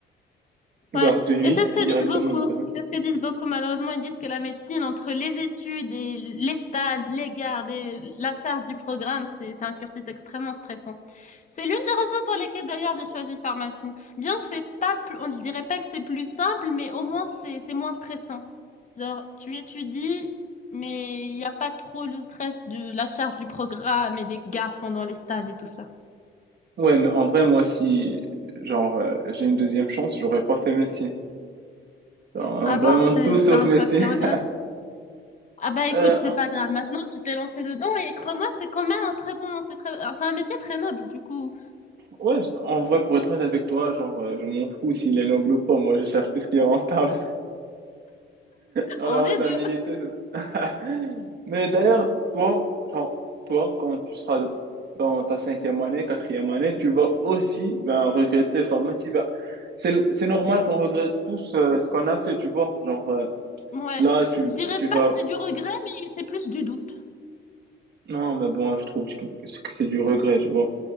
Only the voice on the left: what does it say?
Ouais.
Et c'est ce que
disent beaucoup.
C'est ce que disent beaucoup, malheureusement. Ils disent que la médecine, entre les études et les stages, les gardes et la charge du programme, c'est, c'est un cursus extrêmement stressant. C'est l'une des raisons pour lesquelles d'ailleurs j'ai choisi pharmacie. Bien que c'est pas plus, on ne dirait pas que c'est plus simple, mais au moins c'est c'est moins stressant. Genre, tu étudies, mais il n'y a pas trop le stress de la charge du programme et des gardes pendant les stages et tout ça.
Ah
bon, c'est
c'est un
choix que tu regrettes.
Ah bah écoute,
c'est
pas grave. Maintenant, tu t'es lancé dedans et crois-moi, c'est quand même un très bon, c'est très, c'est un métier très noble. Du coup,
on
est deux.
Ouais,
je dirais
pas que c'est du regret, mais c'est plus du doute.